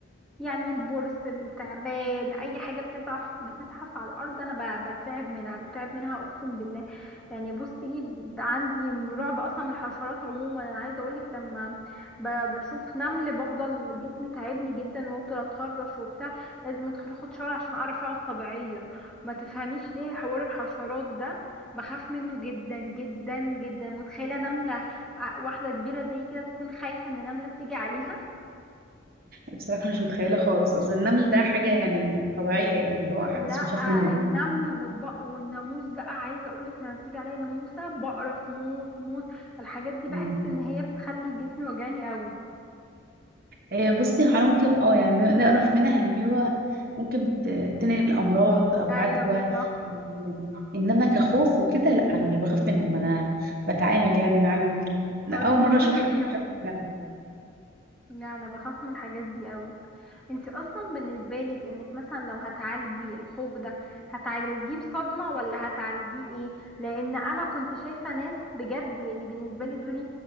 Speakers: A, in the centre; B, on the right (about 50°).
A: يعني البرص التعبان اي حاجه بتزعف بتزحف على الارض انا ب- بترعب منها بترعب منها اقسم بالله يعني بصي عندي رعب اصلا من الحشرات عموما انا عايزه اقولك لما ب- بشوف نمل بفضل جسمي تعبني جدا وافضل اتهرش وبتاع لازم ادخل اخد شاور عشان اعرف اقعد طبيعيه ما تفهميش ليه حوار الحشرات ده بخاف منه جدا جدا جدا متخيله نمله ع- واحده كبيره زي كده تكون خايفه ان نمله تيجي عليها
B: بصراحه مش متخيله خالص اصل النمل ده حاجه يعني طبيعيه يعني اللي هو محدش
A: لا
B: بيخاف
A: النمل والبق والناموس بقى عايزه اقولك لما بتيجي عليا ناموسه بقرف موت موت الحاجات دي بحس
B: منه
A: ان هي بتخلي جسمي وجعني قوي
B: آه، بصي هو ممكن اه يعني ن- نعرف منها اللي هو ممكن ت- تنقل امراض او
A: ايوه
B: عدوى
A: بالظبط
B: و- انما كخوف وكده لا انا مش بخاف منهم انا بتعامل يعني معاهم وكده لا
A: تقعدي
B: اول
A: تموتي
B: مره اشوف حد
A: فيهم
B: بيخاف منهم
A: لا انا بخاف من الحاجات دي قوي انت اصلا بالنسبه لك انك مثلا لو هتعالجي الخوف ده هتعالجيه بصدمه ولا هتعالجيه ايه لان انا كنت شايفه ناس بجد يعني بالنسبه لي دول